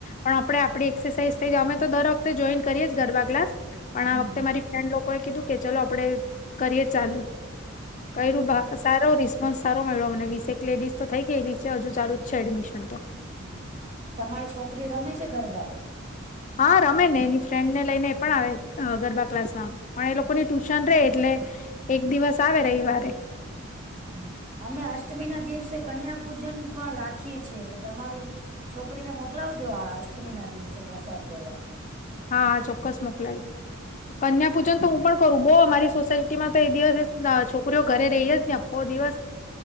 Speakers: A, on the left (about 35°); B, on the right (about 35°).
A: પણ આપણે આપડી એક્સરસાઇઝ થઈ જ અમે તો દર વખતે જોઈન કરીએ ગરબા ક્લાસ. પણ
B: હમ્મ,
A: આ વખતે
B: હમ્મ.
A: મારી ફ્રેન્ડ લોકો એ કીધું કે ચલો આપડે કરીએ ચાલુ કરું
B: હમ્મ,
A: ભ સારો રિસ્પોન્સ સારો મળ્યો મને વીસેક
B: હમ્મ.
A: લેડીઝ તો થઈ ગયેલી છે હજુ ચાલુ જ છે એડમિશન તો
B: હમ તમારી છોકરી રમે છે ગરબા.
A: હા રમે ને એની ફ્રેન્ડ ને લઈને એ પણ આવે ગરબા ક્લાસમાં પણ એ લોકોની ટ શન રે એટલે એક દિવસ આવે રવિવારે.
B: હ અમે અષ્ટમી ના દિવસે કન્યા પૂજન પણ રાખીએ છીએ તો તમારી છોકરીને મોકલાવજો આ અષ્ટમી ના દિવસે પ્રસાદ લેવા.
A: હા ચોક્કસ મોકલાય કન્યા પૂજન તો હું પણ કરું બહુ અમારી સોસાયટીમાં તો એ દિવસ છોકરીઓ ઘરે રહીય જ ને આખો દિવસ